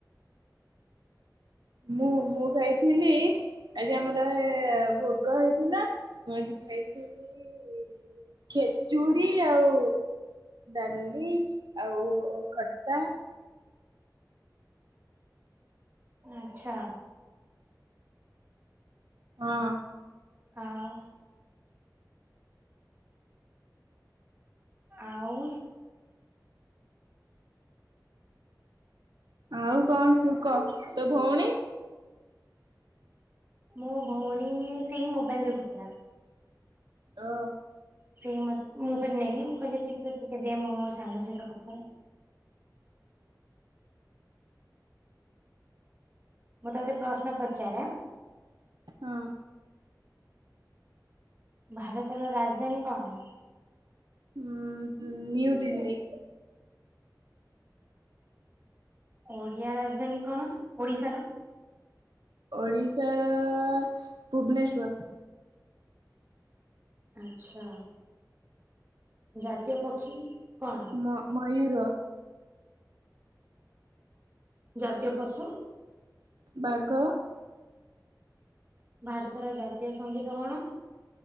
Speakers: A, on the right; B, on the right.
A: ମୁଁ ମୁଁ ଖାଇଥିଲି ଆଜି ଆମର ଭୋଗ ହେଇଥିଲା, ମୁଁ ଆଜି ଖାଇଥିଲି ଖେଚୁଡି ଆଉ ଡାଲି ଆଉ ଖଟା।
B: ଆଚ୍ଛା।
A: ହଁ।
B: ହଁ। ଆଉ।
A: ଆଉ କଣ ତୁ କହ ତୋ ଭଉଣୀ?
B: ମୋ ଭଉଣୀ ସେଇ ମୋବାଇଲ ଦେଖୁଥିଲା।
A: ଓ।
B: ସେଇ ମତେ ମୁଁ ଫରେ ନେଲି ମୁଁ କହିଲି କି ତୁ ଟିକେ ଦେ ମୁଁ ମୋ ସାଙ୍ଗ ସହିତ କଥା ହ ମୁଁ ତୋତେ ପ୍ରଶ୍ନ ପଚାରେ।
A: ହଁ।
B: ଭାରତର ରାଜଧାନୀ କଣ?
A: ହୁଁ ନ୍ୟୁ୍ୟୁ ଦିଲ୍ଲୀ।
B: ଓଡ଼ିଆ ରାଜଧାନୀ କଣ ଓଡିଶାର?
A: ଓଡ଼ିଶାର ଭୁବନେଶ୍ଵର।
B: ଆଚ୍ଛା ଜାତୀୟ ପକ୍ଷୀ। କଣ
A: ମ-ମୟୂର।
B: ଜାତୀୟ ପଶୁ?
A: ବାଗ।
B: ଭାରତର ଜାତୀୟ ସଙ୍ଗୀତ କଣ?